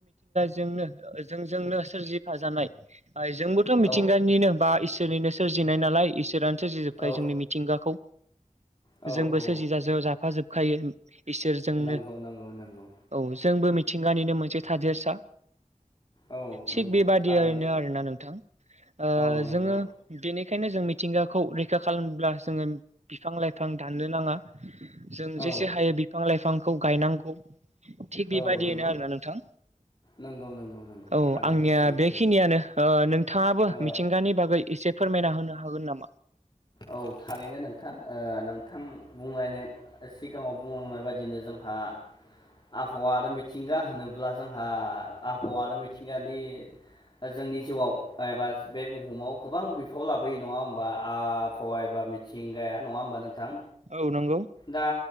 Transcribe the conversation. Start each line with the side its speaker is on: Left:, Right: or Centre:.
Right: जोंनो ओ जोंजोंनो सोरजिफाजानाय आ जोंबोथ'
Left: औ
Right: मिथिंगानिनो बा इसोरनिनो सोरजिनाय नालाय इसोरानो सोरजि जोबखायो
Left: औ
Right: जोंनि मिथिंगाखौ।
Left: औ
Right: जोंबो
Left: औ
Right: सोरजि जाफाजोबखायो। इसोरजोंनो।
Left: नंगौ नंगौ नंगौ
Right: औ जोंबो मिथिंगानिनो मोनसे थादेरसा।
Left: औ
Right: थिग
Left: नंगौ
Right: बेबादियैनो
Left: थारैनो
Right: आरोना नोंथां। ओ
Left: औ नंगौ
Right: जोङो बेनि खायनो जों मिथिंगाखौ रैखा खालामनोब्ला जोङो बिफां लाइफां दाननो नाङा। जों
Left: औ
Right: जेसे हायो बिफां लाइफांखौ गायनांगौ। थिग
Left: औ
Right: बेबायदियैनो
Left: नंगौ
Right: आरोना नोंथां।
Left: नंगौ नंगौ नंगौ
Right: औ
Left: थारैनो
Right: आंनिया
Left: सैथो
Right: बेखिनियानो ओ नोंथाङाबो
Left: ओ
Right: मिथिंगानि बागै एसे फोरमायना होनो हागोन नामा?
Left: औ थारैनो नोंथां। ओ नोंथां बुंलायनाय सिगाङाव बुंलांनाय बायदिनो जोंहा आबहावा आरो मिथिंगा होनोब्ला जोंहा आबहावा आरो मिथिंगानि ओ जोंनि जिउआव एबा बे बुहुमाव गोबां बिफावा लाबोयो नङा होमबा आ बहावा एबा मिथिंगाया नङा होमबा नोंथां?
Right: औ नंगौ
Left: दा